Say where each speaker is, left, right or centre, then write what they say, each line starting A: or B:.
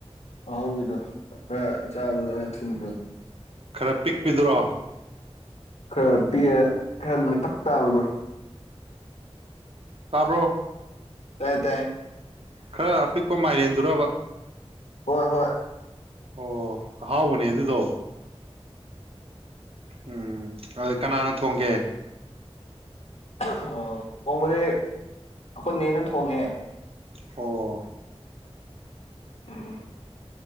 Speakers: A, on the left; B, on the right.
A: ꯑꯍꯥꯎꯕꯤꯗꯣ ꯈꯔ ꯆꯥꯕꯗ ꯈꯔ ꯊꯨꯝꯕ
B: ꯈꯔ ꯄꯤꯛꯄꯤꯗꯨꯔꯣ
A: ꯈꯔ ꯄꯤꯛꯑꯦ ꯈꯔ ꯅꯥꯏꯇꯛ ꯇꯥꯕꯗꯣ
B: ꯇꯥꯕ꯭ꯔꯣ
A: ꯇꯥꯏ ꯇꯥꯏ
B: ꯈꯔ ꯑꯄꯤꯛꯄ ꯃꯥꯏꯔꯦꯟꯗꯨꯔꯕ
A: ꯍꯣꯏ ꯍꯣꯏ
B: ꯑꯣ ꯑꯍꯥꯎꯕꯅꯦ ꯑꯗꯨꯗꯣ ꯎꯝ ꯑꯗꯨ ꯀꯅꯥꯅ ꯊꯣꯡꯒꯦ
A: ꯑꯣ ꯊꯣꯡꯕꯗꯤ ꯑꯩꯈꯣꯏ ꯅꯦꯅ ꯊꯣꯡꯉꯦ
B: ꯑꯣ
A: ꯎꯝ